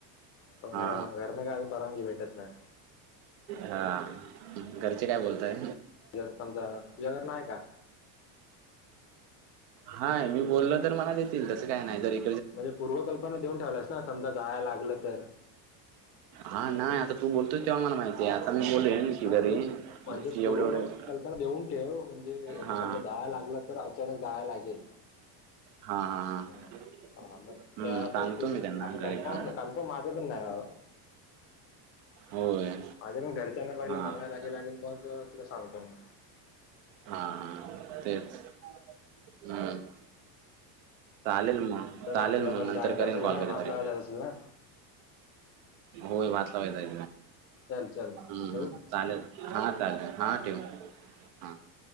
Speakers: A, on the left; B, on the right.
A: पण
B: हा
A: घराला पण परवानगी भेटत नाही.
B: हा घरचे काय बोलताय?
A: जर समजा तुझ्या घरला आहे का?
B: हाय मी बोलल तर मला देतील तस काय नाही जरी
A: म्हणजे पूर्वकल्पना देऊन ठेवल्यास ना समजा जायला लागलं तर
B: हा नाही आता तू बोलतो तेव्हा मला माहिती ते आता मी बोललेन की
A: म्हणजे
B: घरी क
A: म्हणजे
B: एवढे
A: पूर्व
B: एवढ
A: कल्पना देऊन ठेव म्हणजे असं
B: हा.
A: समजा जायला लागलं तर अचानक जायला लागेल
B: हा हा हा.
A: हां
B: हम्म
A: हां मग त्यासाठी
B: सांगतो मी त्यांना
A: असं
B: घरय
A: कन्फर्म
B: का?
A: कन्फर्म माझं पण नाही बाबा.
B: होय.
A: माझे मग घरच्यांना बघयला
B: हा
A: म्हणावं
B: हा
A: लागेल आणि मग तुला सांगतो मी
B: हा हा तेच हम्. चालेल मग
A: तर
B: चालेल
A: तुला पण
B: मग नंतर
A: जायचं
B: करेन
A: असेल
B: कॉल
A: ना
B: कधीतरी
A: भात लावायला जायचं असेल ना
B: होय वाचलावाय तय
A: चल चल मग
B: हम्म.
A: ठेवू
B: चालेल हा चालेल हा टीव हा.